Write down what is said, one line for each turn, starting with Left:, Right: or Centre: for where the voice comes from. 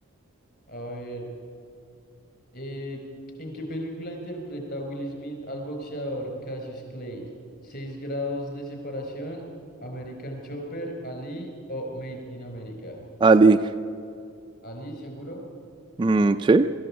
Left: A ver. Eh, ¿en qué película interpreta Will Smith al boxeador Cassius Clay? ¿Seis grados de separación? ¿American Chopper? ¿Ali o Made in America?
Right: <laughs> Ali.
Left: ¿Ali seguro?
Right: Mm, ¿sí?